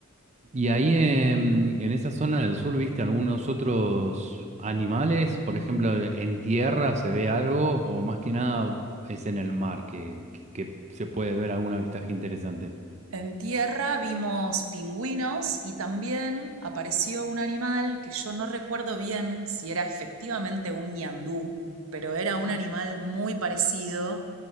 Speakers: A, on the right; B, on the right.
A: ¿Y ahí en, en esa zona del sur viste algunos otros animales? Por ejemplo, ¿en tierra se ve algo o más que nada es en el mar que, que- que se puede ver algún avistaje interesante?
B: En tierra vimos pingüinos y también apareció un animal que yo no recuerdo bien si era efectivamente un ñandú, pero era un animal muy parecido,